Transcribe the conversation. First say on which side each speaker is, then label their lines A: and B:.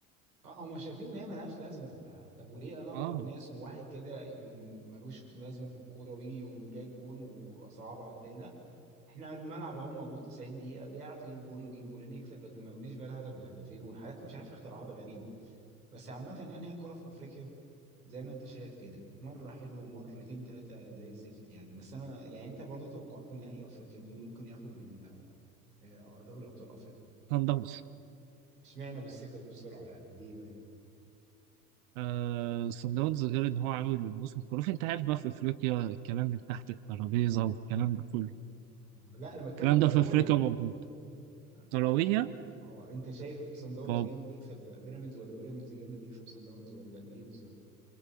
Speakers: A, on the right; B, on the right.
A: اه هم شايفين ان هي ملهاش لازمه فطب وليه انا اضغط
B: اه
A: ناس وواحد كده يكون ملوش لازمه في الكوره ويجي يقوم جايب جون وصعبها على التاني لا احنا الملعب اهو موجود 90 دقيقه اللي يعرف يجيب جون ويجيب جونين يكسب لكن ما يقوليش بقى الهدف بهدفين والحاجات مش عارف اختراعات غريبه بس عامه يعني هي الكوره في افريقيا زي ما انت شايف كده مره حلوه ومرتين ثلاثه زي الزفت يعني بس انا يعني انت برضو توقعت نهائي افريقيا مين اللي ممكن ياخد ال- آه، دوري ابطال افريقيا
B: سان داونز
A: اشمعنى بالثقه دي بسرعه يعني ليه بقى؟
B: آه صن داونز غير ان هو عامل موسم خرافي انت عارف بقى في افريقيا الكلام من تحت الترابيزه والكلام ده كله
A: آه، لا انا بتكلم
B: الكلام
A: كرويا
B: ده في افريقيا
A: برضه
B: موجود
A: انا
B: كرويا
A: بك... اه انت شايف سان داونز
B: طب
A: جامد يكسب بيراميدز ولا بيراميدز جامد يكسب سان داونز ولا ايه بالظبط؟